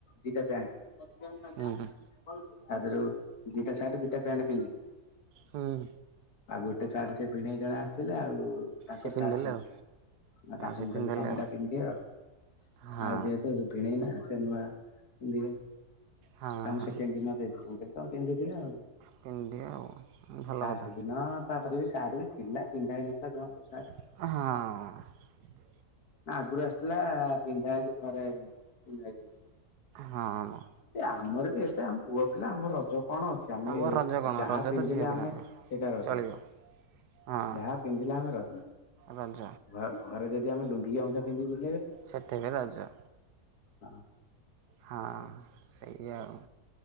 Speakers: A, on the left; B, on the right.
A: ଦିଟା ପ୍ୟାଣ୍ଟ। <unintelligible>
B: ହୁଁ
A: ଆଜି ଯୋଉ ଦିଟା ସାର୍ଟ ଦିଟା ପ୍ୟାଣ୍ଟ ପିନ୍ଧି
B: ହୁଁ।
A: ଆଉ ଗୋଟେ ସାର୍ଟ ସେ ଭିଣେଇ ଜଣେ ଆସିଥିଲେ ଆଉ ତାଙ୍କର
B: ସେ ପିନ୍ଧିଦେଲେ
A: ସାର୍ଟ ନଥିଲା
B: ଆଉ
A: ଆଉ ତାଙ୍କୁ
B: ସେ
A: ମୁଁ
B: ପିନ୍ଧିଦେଲେ
A: କହିଲି ତମେଟା
B: ଆଉ
A: ପିନ୍ଧି ଆଉ
B: ହଁ
A: ଆଉ ଯେହେତୁ ଭିଣେଇନା ସେ ନୂଆ ପିନ୍ଧିବେ
B: ହଁ
A: ତାଙ୍କୁ
B: ହଁ
A: ସେକେଣ୍ଡ ଦିନ ଦେଇ ଦେଲି ମୁଁ କହିଲି ତମେ ପିନ୍ଧିଦିଅ ଆଉ।
B: ପନ୍ଧିଦିଅ ଆଉ ଭଲ କଥା।
A: ସେଦିନ ତାପରେ ବି ସେ ତାର ବି ଥିଲା ଛିଣ୍ଡା ହେଇନଥିଲା ଜମାରୁ ସାର୍ଟ।
B: ହଁ।
A: ନା ଆଗରୁ ଆସିଥିଲା ପିନ୍ଧା ହେଇଚି ଥରେ ପିନ୍ଧା ହେଇଚି
B: ହଁ ମ।
A: ଆମର ବି <unintelligible> ଆମ ପୁଅ ପିଲା ଆମ ରଜ କଣ ଅଛି ଆମେ
B: ଆମ ରଜ କ'ଣ
A: ଯାହା
B: ରଜ
A: ପିନ୍ଧିଲେ
B: ତ ଝିଅ ପିଲାଙ୍କର
A: ଆମେ ସେଇଟା ରଜ
B: ଚଳିବ ହଁ
A: ଯାହା ପିନ୍ଧିଲେ ଆମେ ରଜ
B: ରଜ
A: ଘରକୁ ଘରେ ଯଦି ଆମେ ଲୁଙ୍ଗୁ ଗାମୁଛା ପିନ୍ଧି ବୁଲୁ
B: ସେଥିକି ରଜ।
A: ହଁ।
B: ହଁ ସେଇଆ ଆଉ।